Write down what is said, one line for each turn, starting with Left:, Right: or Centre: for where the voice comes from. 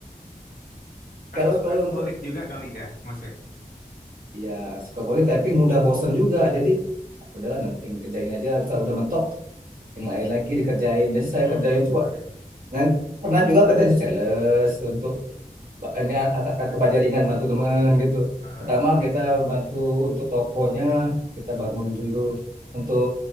Left: Karena
Right: Kalau
Left: suka
Right: kalau
Left: ngulik
Right: untuk
Left: juga kali ya, Mas ya.
Right: ya suka ngulik tapi mudah bosan juga. Jadi ah, udahlah nanti yang kerjain aja. Misal udah mentok yang lain lagi dikerjain. Jadi saya
Left: Oh
Right: kerjain
Left: gitu
Right: tuh Pak.
Left: gitu.
Right: Dan pernah juga kerja di sales untuk ini akan kebaja ringan bantu teman gitu.
Left: Ah,
Right: Pertama kita bantu untuk tokonya kita bangun dulu untuk